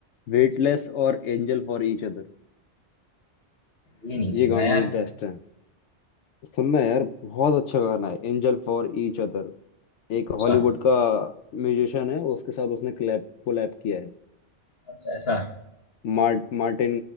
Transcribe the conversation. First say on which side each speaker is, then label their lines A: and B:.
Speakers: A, on the left (about 80°); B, on the left (about 60°).
A: वेटलेस और एंजल फॉर ईच अदर
B: ये नहीं
A: ये
B: सुना
A: गाने
B: यार।
A: भी बेस्ट हैं सुनना यार बहुत अच्छा गाना है एंजल फॉर ईच अदर एक हॉलीवुड
B: अच्छा,
A: का म्यूजिशियन है उसके साथ उसने कोलैब कोलैब किया है
B: अच्छा ऐसा है।
A: मार्ट मार्टिन